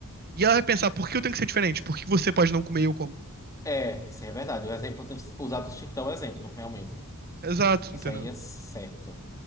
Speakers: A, on the right; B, on the left.
A: E ela vai pensar, por que eu tenho que ser diferente? Por que você pode não comer e eu como?
B: É, isso é verdade. O exemplo ter usado o Chiquitão é um exemplo, realmente.
A: Exato,
B: Isso
A: entendeu?
B: aí é certo.